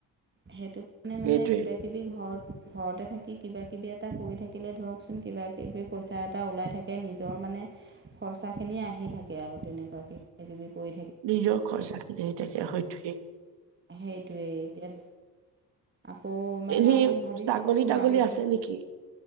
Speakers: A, on the right; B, on the right.
A: সেইটো কাৰণে মানে
B: সেইটোৱে।
A: কিবা কিবি ঘৰত, ঘৰতে থাকি কিবা কিবি এটা কৰি থাকিলে ধৰকচোন কিবা কিবি পইচা এটা ওলাই থা কে। নিজৰ মানে খৰচাখিনিয়ে আহি থাকে আৰু তেনেকুৱাকে কিবা কিবি কৰি
B: নিজৰ খৰচাখিনি আহি থাকে। হয় ঠিকেই।
A: সেইটোৱেই এতিয়া আকৌ মানে
B: এনেই
A: আমি ভাবিছিলোঁ
B: ছাগলী তাগলী
A: মাজতে
B: আছে নেকি